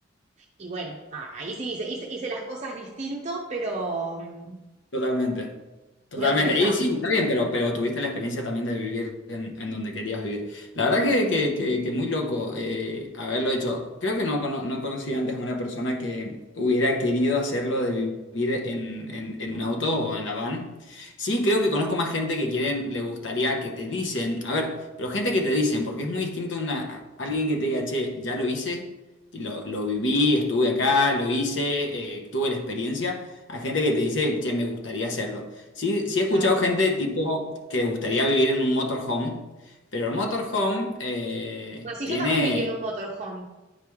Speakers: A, on the right (about 35°); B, on the left (about 80°).
A: y bueno, nada, ahí sí hice, hice- hice las cosas distinto, pero mm,
B: Totalmente, totalmente.
A: era otra etapa.
B: Y sí, está bien, pero, pero tuviste la experiencia también de vivir en, en donde querías vivir. La verdad que, que, que- que muy loco eh, haberlo hecho. Creo que no, cono- no conocía antes a una persona que hubiera querido hacerlo de vivir en, en, en un auto o en la van. Sí, creo que conozco más gente que quieren, le gustaría que te dicen, a ver, pero gente que te dicen, porque es muy distinto una, alguien que te diga, che, ya lo hice. Y lo, lo viví, estuve acá, lo hice, eh, tuve la experiencia hay gente que te dice, che, me gustaría hacerlo. Sí, sí he
A: Claro.
B: escuchado gente tipo que le gustaría vivir en un motorhome, pero el motorhome eh,
A: Así
B: tiene,
A: yo también viví en un motorhome.